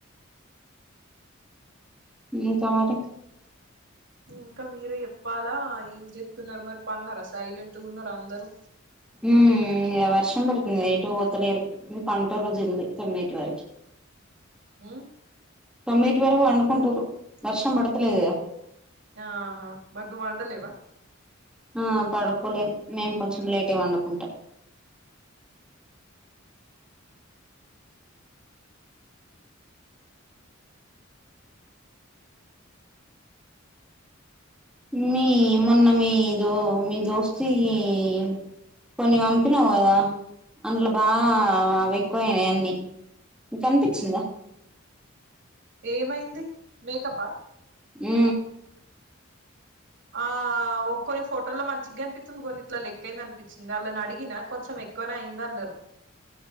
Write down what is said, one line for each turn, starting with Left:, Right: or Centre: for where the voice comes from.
Centre: <unintelligible>
Right: ఇంకా మీరే చెప్పాల ఏం చెప్తున్నారు మరి పన్నారా సైలెంట్ గా ఉన్నారు అందరు
Centre: ఉ వర్షం పడుతుంది ఎటు పోతలేరు పంట రోజు ఉంది తొమ్మిటి వరకు
Right: హు
Centre: తొమ్మిటి <unintelligible> అనుకుంటుారు వర్షం పడతలేదు
Right: ఆహా మరి <unintelligible> వండలేవ
Centre: ఆ పడుకోలే మేం కొంచెం లేటే పండుకుంట మీ మొన్న మీ దో మీ దోస్ <unintelligible> కొన్ని పంపినావ్ కదా అందులో బాగా అవి ఎక్కువయినాయి అన్ని నీకు అనిపించిందా
Right: ఏమైంది మేకప్ప
Centre: హు
Right: ఆ కొన్ని ఫోటోల్లో మంచిగ <unintelligible> <unintelligible> అనిపిచ్చింది అని అడిగిన కొంచె ఎకువనే అయింద అన్నారు